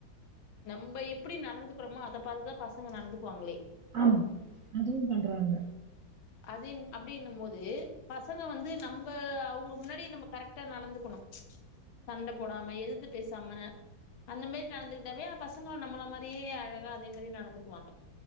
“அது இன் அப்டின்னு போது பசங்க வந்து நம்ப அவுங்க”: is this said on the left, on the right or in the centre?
Left